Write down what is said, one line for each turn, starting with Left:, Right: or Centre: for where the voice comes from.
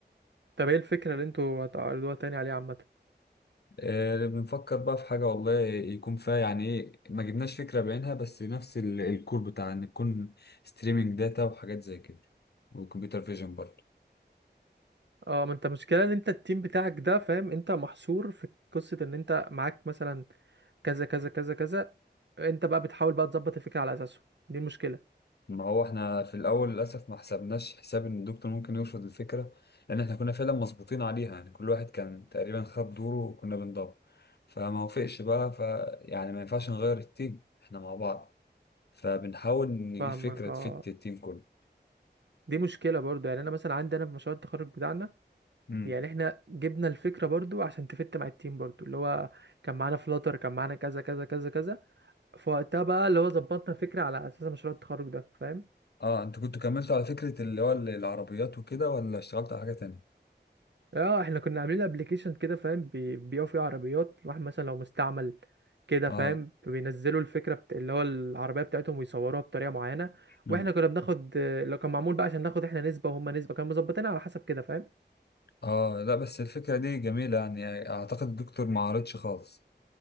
Right: طب ايه الفكره اللي انتوا هتعرضوها تاني عليها عامه
Left: آه بنفكر بقى في حاجة والله يكون فيها يعني ايه ما جبناش فكرة بعينها بس نفس ال- الكور بتاع ان يكون ستريمينج داتا وحاجات زي كده وكمبيوتر فيجن برضه
Right: اه ما انت مشكله ان انت التيم بتاعك ده فاهم انت محصور في قصه ان انت معاك مثلا كذا كذا كذا كذا انت بقى بتحاول بقى تظبط الفكره على اساسه دي المشكله
Left: ما هو احنا في الاول للاسف ما حسبناش حساب ان الدكتور ممكن يرفض الفكره لان احنا كنا فعلا مظبوطين عليها يعني كل واحد كان تقريبا خد دوره وكنا بندور فما وافقش بقى ف يعني ما ينفعش نغير التيم احنا مع بعض فبنحاول نجيب
Right: فاهمك
Left: فكره
Right: اه
Left: تفت التيم كله
Right: دي مشكلة برضو يعني أنا مثلا عندي أنا في مشروع التخرج بتاعنا
Left: امم
Right: يعني إحنا جبنا الفكرة برضو عشان تفت مع التيم برضو اللي هو كان معانا فلاتر كان معانا كذا كذا كذا كذا فوقتها بقى اللي هو ظبطنا الفكرة على أساس مشروع التخرج ده فاهم
Left: اه انتوا كنتوا كملتوا على فكره اللي هو العربيات وكده ولا اشتغلتوا على حاجه تانية
Right: اه احنا كنا عاملين ابلكيشن كده فاهم بي- بيبيعوا فيه عربيات الواحد مثلا لو مستعمل كده
Left: اه
Right: فاهم بينزلوا الفكرة بت... اللي هو العربية بتاعتهم ويصوروها بطريقة معينة
Left: امم
Right: واحنا كنا بناخد لو كان معمول بقى عشان ناخد احنا نسبة وهم نسبة كانوا مظبطينها على حسب كده فاهم
Left: اه لا بس الفكره دي جميله يعني اعتقد الدكتور ما عارضش خالص